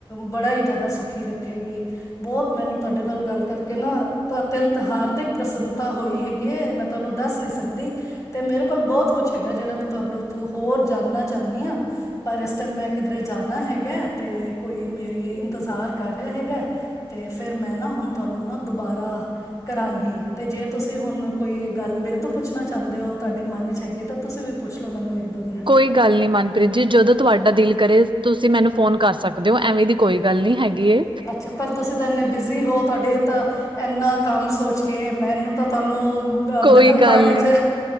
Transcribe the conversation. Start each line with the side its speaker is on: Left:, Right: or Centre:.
Left: ਬੜਾ ਹੀ ਜ਼ਿਆਦਾ ਸੁਖੀ ਰੱਖੇਗੀ ਬਹੁਤ ਮੈਨੂੰ ਤੁਹਾਡੇ ਨਾਲ ਗੱਲ ਕਰਕੇ ਨਾ ਅਤਿਅੰਤ ਹਾਰਦਿਕ ਪ੍ਰਸੰਨਤਾ ਹੋਈ ਹੈਗੀ ਹੈ। ਮੈਂ ਤੁਹਾਨੂੰ ਦੱਸ ਨਹੀਂ ਸਕਦੀ ਤੇ ਮੇਰੇ ਕੋਲ ਬਹੁਤ ਕੁਛ ਹੈਗਾ। ਜਿਹੜਾ ਮ ਤੁਹਾਨੂੰ ਤ ਹੋਰ ਜਾਣਨਾ ਚਾਹੁੰਦੀ ਹਾਂ। ਪਰ ਇਸ ਟਾਈਮ ਮੈਂ ਕਿਧਰੇ ਜਾਣਾ ਹੈਗਾ। ਤੇ ਕੋਈ ਮੇਰੀ ਇੰਤਜ਼ਾਰ ਕਰ ਰਿਹਾ ਹੈਗਾ। ਤੇ ਫੇਰ ਮੈਂ ਨਾ ਹੁਣ ਤੁਹਾਨੂੰ ਨਾ ਦੁਬਾਰਾ ਕਰਾਂਗੀ। ਤੇ ਜੇ ਤੁਸੀਂ ਹੁਣ ਕੋਈ ਗੱਲ ਮੇਰੇ ਤੋਂ ਪੁੱਛਣਾ ਚਾਹੁੰਦੇ ਹੋ। ਤੁਹਾਡੇ ਮਨ 'ਚ ਹੈਗੀ ਤਾਂ ਤੁਸੀਂ ਵੀ ਪੁਛ ਲੋ ਮੈਨੂੰ ਮਿੰਟ
Right: ਕੋਈ ਗੱਲ ਨਹੀਂ ਮਨਪ੍ਰੀਤ ਜੀ, ਜਦੋਂ ਤੁਹਾਡਾ ਦਿਲ ਕਰੇ। ਤੁਸੀਂ ਮੈਨੂੰ ਫੋਨ ਕਰ ਸਕਦੇ ਹੋ। ਐਵੇਂ ਦੀ ਕੋਈ ਗੱਲ ਨਹੀਂ ਹੈਗੀ।
Left: ਅੱਛਾ। ਪਰ ਤੁਸੀਂ ਤਾਂ ਇੰਨੇ ਬਿਜ਼ੀ ਹੋ, ਤੁਹਾਡੇ ਤਾਂ ਇੰਨਾ ਕੰਮ ਸੋਚ ਕੇ ਮੈਨੂੰ ਤਾਂ ਤੁਹਾਨੂੰ ਅ
Right: ਕੋਈ
Left: ਦਖ਼ਲ
Right: ਗੱਲ
Left: ਪਾਣੇ 'ਚ
Right: ਨੀ।